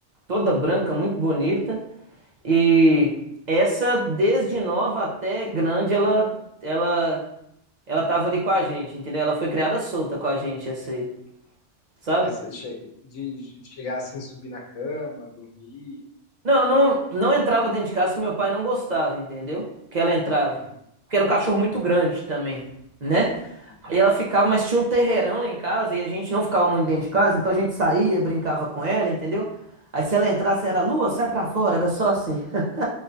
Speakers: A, on the right (about 45°); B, on the left (about 80°).
A: toda branca, muito bonita. E essa, desde nova até grande, ela, ela, ela tava ali com a gente, entendeu? Ela foi criada solta com a gente, essa aí, sabe?
B: Essa che- de de chegar assim, subir na cama, dormir.
A: Não, não, não entrava dentro de casa que meu pai não gostava, entendeu? Que ela entrava.
B: Uhum,
A: Porque era um cachorro muito grande também, né?
B: uhum.
A: Aí ela ficava, mas tinha um terreirão lá em casa e a gente não ficava muito dentro de casa, então a gente saía, brincava com ela, entendeu? Aí se ela entrasse era Lua, sai pra fora, era só assim. <laughs>